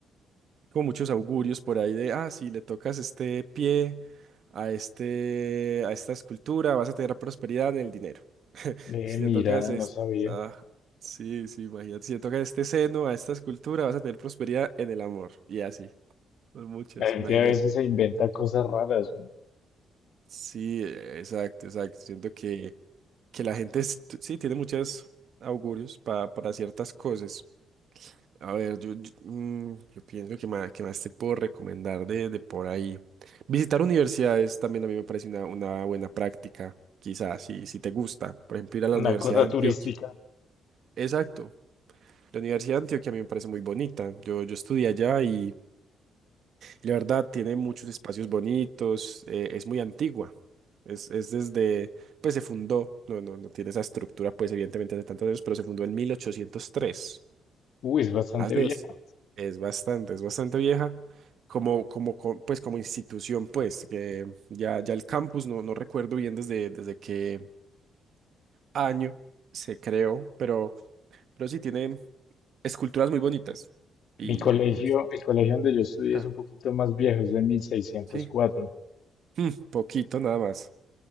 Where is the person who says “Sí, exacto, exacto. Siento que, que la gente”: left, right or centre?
Right